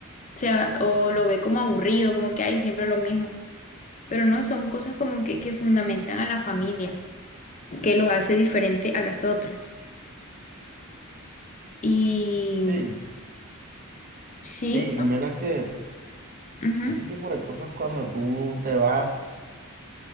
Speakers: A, on the left; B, on the right.
A: se, a- o lo ve como aburrido, como que hay siempre lo mismo. Pero no, son cosas como que, que fundamentan a la familia, que los hace diferente a las otras. Y
B: Sí,
A: sí,
B: sí, y mira que
A: ujú,
B: ese tipo de cosas cuando tú te vas,